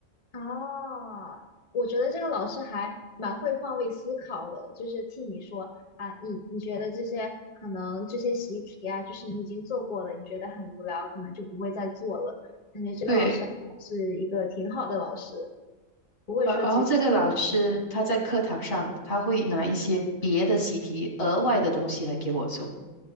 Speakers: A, on the left; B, on the left.
A: 哦，我觉得这个老师还蛮会换位思考的，就是替你说啊，你你觉得这些可能这些习题啊，就是你已经做过的，你觉得很无聊，可能就不会再做了。感觉这个老师是一个挺好的老师，
B: 对，
A: 不会说直接
B: 然然后这个老师他在课堂上他会拿一些别的习题、额外的东西来给我做，